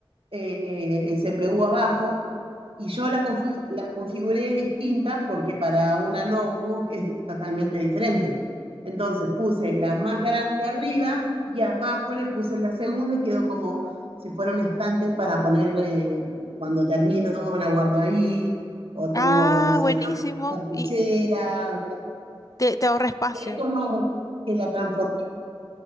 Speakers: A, on the right; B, on the left.
A: eh, el CPU abajo, y yo la, confi- la configuré distinta porque para una notebook es di- totalmente diferente. Entonces puse la más grande arriba y abajo le puse la segunda y quedó como si fuera un estante para poner eh, cuando termino, la guardo ahí, o tengo,
B: Ah,
A: no sé,
B: buenísimo.
A: car- cartuchera,
B: Y te, te ahorra espacio.
A: es como que la transformé.